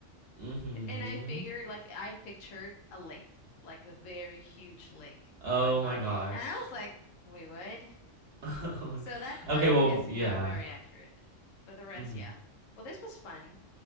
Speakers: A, on the right; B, on the left.
A: Mm-hmm.
B: And I figured, like, I pictured a lake, like a very huge lake
A: Oh
B: in my mind.
A: my gosh.
B: And I was like, wait, what?
A: <laughs>
B: So that part
A: Okay,
B: I'm
A: well,
B: guessing
A: yeah.
B: not very accurate. But the rest,
A: Mm-hmm.
B: yeah. Well, this was fun.